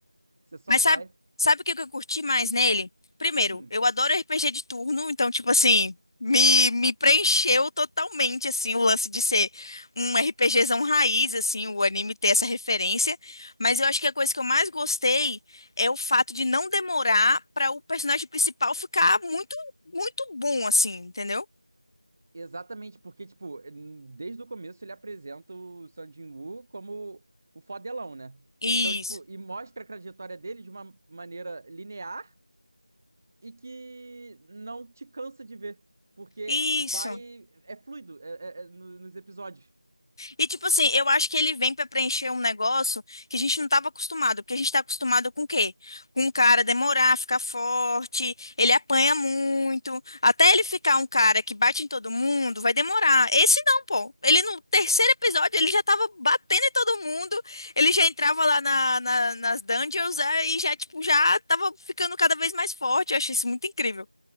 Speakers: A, on the right (about 25°); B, on the left (about 35°).
A: você só
B: Mas
A: vai.
B: sabe, sabe o que que eu curti mais nele? Primeiro,
A: Hum,
B: eu adoro RPG de turno, então, tipo assim, me, me preencheu totalmente, assim, o lance de ser um RPGzão raiz, assim, o anime ter essa referência. Mas eu acho que a coisa que eu mais gostei é o fato de não demorar para o personagem principal ficar muito, muito bom, assim, entendeu?
A: exatamente, porque, tipo, desde o começo ele apresenta o Sung Jin-woo como o fodelão, né?
B: Isso,
A: Então, tipo, e mostra a trajetória dele de uma maneira linear e que não te cansa de ver. Porque
B: isso.
A: vai. É fluido é, é- é no- nos episódios.
B: E, tipo assim, eu acho que ele vem pra preencher um negócio que a gente não tava acostumado. Porque a gente tá acostumado com o quê? Com o cara demorar, ficar forte, ele apanha muito. Até ele ficar um cara que bate em todo mundo, vai demorar. Esse não, pô. Ele no terceiro episódio, ele já tava batendo em todo mundo. Ele já entrava lá na- na- nas dungeons é, e já, tipo, já tava ficando cada vez mais forte. Eu achei isso muito incrível.